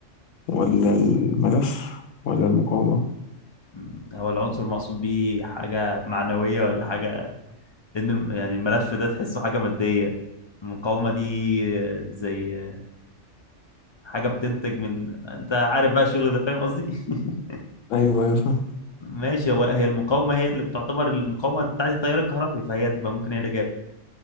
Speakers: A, on the left; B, on the left.
A: ولا الملف ولا المقاومة
B: أمم، هو العنصر المقصود بيه حاجة معنوية ولا حاجة لأن الم- يعني الملف ده تحسه حاجة مادية المقاومة دي آه، زي آه، حاجة بتنتج من أنت عارف بقى الشغل ده فاهم قصدي؟ <laughs>
A: أيوه أيوه فاهم
B: ماشي هو هي المقاومة هي اللي بتعتبر المقاومة بتاعت التيار الكهربي فهي هتبقى ممكن هي الإجابة